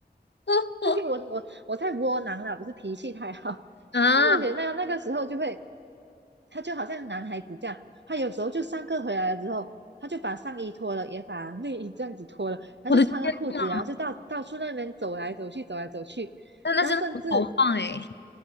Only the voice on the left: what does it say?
<laughs>
啊！
我的天呐，
那那真的好豪放哎！